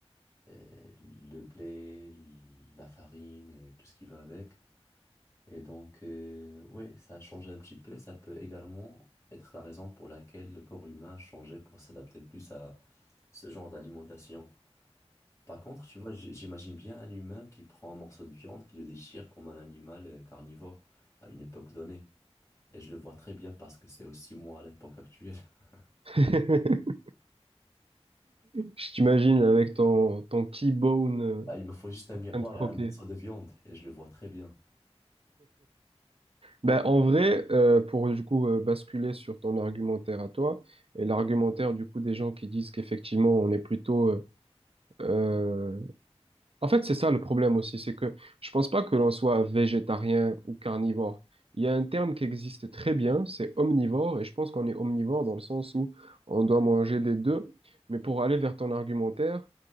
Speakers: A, on the left; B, on the right.
A: euh, le blé, la farine et tout ce qui va avec. Et donc, euh, ouais, ça a changé un petit peu. Ça peut également être la raison pour laquelle le corps humain a changé pour s'adapter plus à ce genre d'alimentation. Par contre, tu vois, j- j'imagine bien un humain qui prend un morceau de viande, qui le déchire comme un animal euh, carnivore à une époque donnée. Et je le vois très bien parce que c'est aussi moi à l'époque actuelle. <laughs>
B: <laughs> Je t'imagine avec ton, ton T-bone euh,
A: Ah, il me faut juste un
B: en
A: miroir
B: train de croquer.
A: et un morceau de viande et je le vois très bien.
B: Ben, en vrai, euh, pour du coup euh, basculer sur ton argumentaire à toi, et l'argumentaire du coup des gens qui disent qu'effectivement on est plutôt euh, euh, En fait, c'est ça le problème aussi, c'est que je pense pas que l'on soit végétarien ou carnivore. Il y a un terme qui existe très bien, c'est omnivore, et je pense qu'on est omnivore dans le sens où on doit manger des deux. Mais pour aller vers ton argumentaire,